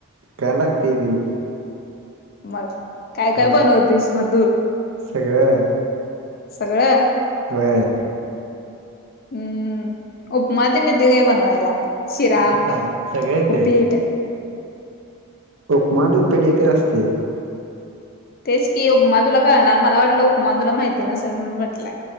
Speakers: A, on the right; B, on the left.
A: करायला लागतं बाई
B: मग काय काय
A: हा
B: बनवतीस मग तू
A: सगळं
B: सगळं
A: होय
B: हम्म उपमातेन येते काय बनवायला? शिरा,
A: मग काय सगळे ते
B: उपीट
A: उपमा उपेडेकर असते.
B: तेच की उपमा तुला मला वाटलं उपमा तूला माहिती नसलं म्हणून म्हटलंय.